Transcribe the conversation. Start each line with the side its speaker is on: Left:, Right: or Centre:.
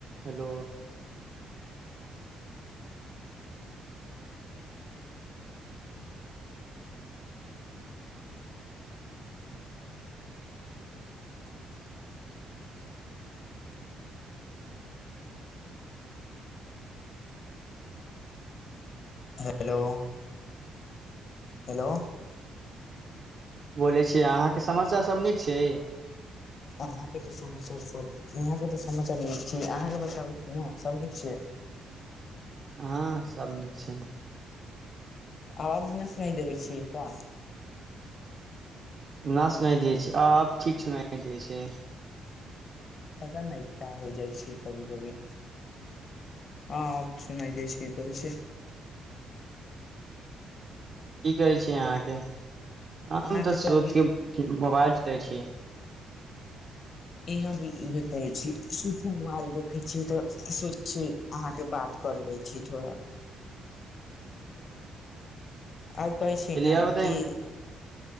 Right: Hello <inaudible>
Left: hello hello
Right: बोलै छियै अहाँके समस्या सभ नीक छै
Left: अहाँके तऽ समाचार सब यहाँके तऽ समाचार नीक छी अहाँके बताबै छी ने सब नीक छिय
Right: हँ सभ नीक छै
Left: आवाज न सूनाई दिबै छियै का
Right: न सुनाइ दियै छै आब ठीक सुनाइ दै छै
Left: पता नहि क्या हो जाइ छै कभी कभी हॅं सुनाइ दै छै बजै छै
Right: की कहै छैै अहाँके आम
Left: अहाँके
Right: तऽ सोकें
Left: अभी
Right: उठलिहन मोबाइल चलै छै
Left: यहाँ भी इे करै छी स मोबाइल देखै छी तऽ सोच छी अहाँके बात कर लै छी थोड़ा आओर कहै
Right: चलिय
Left: छै न
Right: आओर बताइ
Left: कि